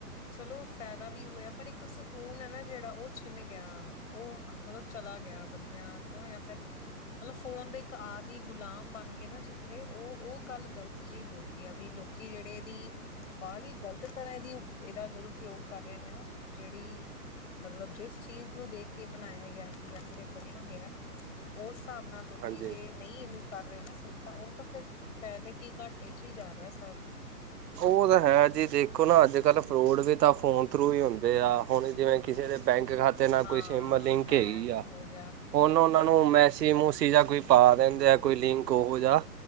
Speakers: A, on the left; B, on the right.
A: ਚਲੋ ਫਾਇਦਾ ਵੀ ਹੋਇਆ ਪਰ ਇੱਕ ਸਕੂਨ ਏ ਨਾ ਜਿਹੜਾ ਉਹ ਛਿਨ ਗਿਆ ਉਹ। ਮਤਲਬ ਚਲਾ ਗਿਆ ਬੰਦਿਆਂ ਤੋਂ ਜਾਂ ਫਿਰ। ਮਤਲਬ ਫੋਨ ਦੇ ਇੱਕ ਆਦਿ ਗੁਲਾਮ ਬਣ ਗਏ ਨਾ ਜਿੱਥੇ। ਥੇ ਉਹ ਉਹ ਗੱਲ ਗ਼ਲਤ ਜਿਹੀ ਹੋ ਗਈ ਆ ਵੀ ਲੋਕੀ ਜਿਹੜੇ ਦੀ। <inaudible> ਗ਼ਲਤ ਤਰ੍ਹਾਂ ਇਹਦੀ ਇਹਦਾ ਦੁਰਪਯੋਗ ਕਰ ਰਹੇ ਨੇ ਨਾ ਜਿਹੜੀ ਮਤਲਬ ਜਿਸ ਚੀਜ਼ ਨੂੰ ਦੇਖ ਕੇ ਬਣਾਇਆ ਗਿਆ ਸੀ ਜਾਂ ਫਿਰ ਇਹ ਬਣਿਆ ਹੋਇਆ। ਉਸ ਹਿਸਾਬ ਨਾਲ ਲੋਕੀ
B: ਹਾਂਜੀ
A: ਜੇ ਨਹੀਂ ਇਹਨੂੰ ਕਰ ਰਹੇ ਨਾ ਸਹੀ ਤਾਂ ਉਹ। ਤਾਂ ਫਿਰ ਫਾਇਦੇ ਕੀ ਘਾਟੇ ਚ ਹੀ ਜਾ ਰਿਹਾ ਸਬ।
B: ਉਹ ਤਾਂ ਹੈ ਜੀ ਦੇਖੋ ਨਾ ਅੱਜ ਕੱਲ ਫਰੋਡ ਵੀ ਤਾਂ ਫੋਨ ਥਰੂ ਹੀ ਹੁੰਦੇ ਆ ਹੁਣ ਜਿਵੇਂ। ਕਿਸੇ ਦੇ ਬੈਂਕ ਖਾਤੇ ਨਾਲ
A: ਹਾਂ
B: ਕੋਈ ਸਿਮ ਲਿੰਕ
A: ਹੈਕ
B: ਹੈਗੀ ਆ।
A: ਹੋ ਗਿਆ
B: ਹੁਣ ਓਨਾਂ ਨੂੰ ਮੈਸਜ ਮੂਸੀਜ ਜਾਂ ਕੋਈ ਪਾ ਦਿੰਦੇ ਆ ਕੋਈ ਲਿੰਕ ਓਹੋ ਜਿਆ।